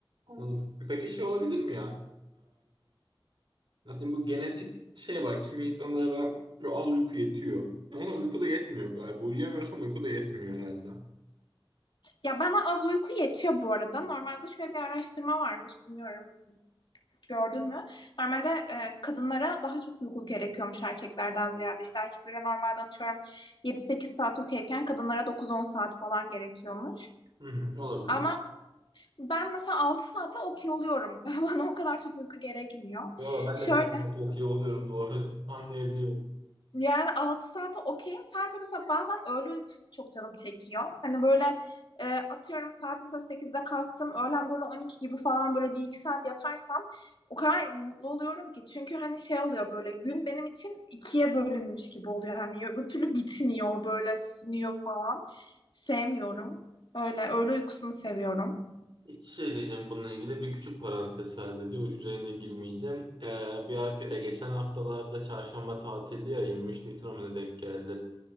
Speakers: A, on the right (about 60°); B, on the left (about 60°).
A: Anladım. E Peki şey olabilir mi ya? Nasıl diyeyim, bu genetik şey var. Kimi insanlara böyle az uyku yetiyor. Ama sonra uyku da yetmiyor galiba. uyuyamıyorsan uyku da yetmiyor herhalde.
B: Ya bana az uyku yetiyor bu arada. Normalde şöyle bir araştırma varmış bilmiyorum gördün mü? Normalde e, kadınlara daha çok uyku gerekiyormuş erkeklerden ziyade. İşte erkeklere normalde atıyorum yedi sekiz saat okeyken kadınlara dokuz on saat falan gerekiyormuş.
A: Hı hı, olabilir.
B: Ama ben mesela 6 saate okey oluyorum. <laughs> Bana o kadar çok uyku gerekmiyor.
A: Valla ben
B: Şöyle
A: de Backstreet Hockey oluyorum doğru. <laughs> Anlayabiliyorum.
B: yani 6 saate okeyim. Sadece mesela bazen öğle uykusu çok canım çekiyor. Hani böyle e, atıyorum saat mesela sekizde kalktım. Öğlen böyle 12 gibi falan böyle bir iki saat yatarsam o kadar mutlu oluyorum ki. Çünkü hani şey oluyor böyle gün benim için ikiye bölünmüş gibi oluyor. Hani öbür türlü bitmiyor böyle sünüyor falan. Sevmiyorum. Öyle öğle uykusunu seviyorum.
A: İki şey diyeceğim bununla ilgili. Bir küçük parantez sadece. o Üzerine girmeyeceğim. Ee, bir arkadaş, geçen haftalarda çarşamba tatildi ya 23 Nisan'a mı ne denk geldi.